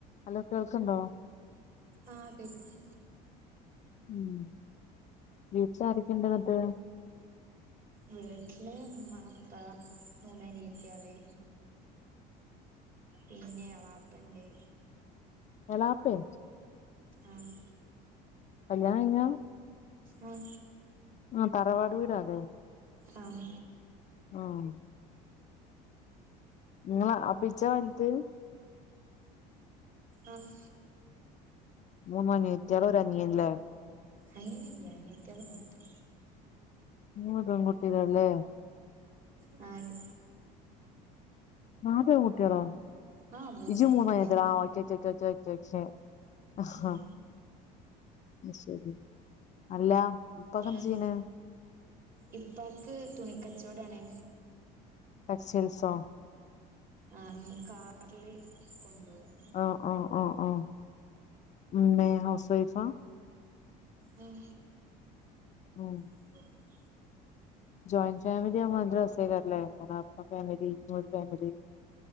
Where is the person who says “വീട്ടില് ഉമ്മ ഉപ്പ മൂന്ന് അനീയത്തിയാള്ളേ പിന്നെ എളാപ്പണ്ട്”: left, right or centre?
Right